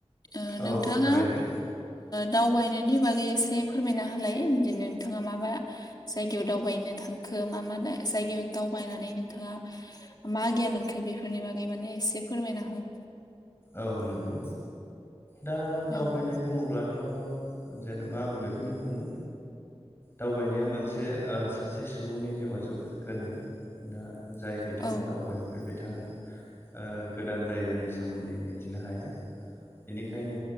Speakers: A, on the left; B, on the left.
A: ओ नोंथाङा
B: औ थारैनो
A: दावबायनायनि बागै एसे फोरमायना होलाय बिदि नोंथाङा मााबा जायगायाव दावबायनो थांखो मा मा जायगायाव दावबायनानै नों नोंथाङा मा गियान मोनखो बेफोरनि बागै माने एसे फोरमायना हो
B: औ नंगौ दा
A: औ
B: दावबायनाय बुङोब्ला थ जेनबा आं बेखौनो बुङो दावबायनाया मोन मोनसे ओ सासे सुबुंनि जिउआ जोबोद गोनां दा जाय बिथाङा
A: औ
B: दावबायाखै बे बिथाङा ओ गोदान जायगानि सोमोन्दै मिथिनो हाया बेनिखायनो